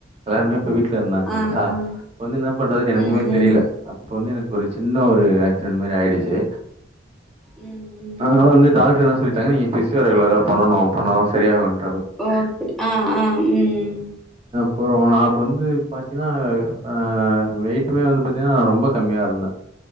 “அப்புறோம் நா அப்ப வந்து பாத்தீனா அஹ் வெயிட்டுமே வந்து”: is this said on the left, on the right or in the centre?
Right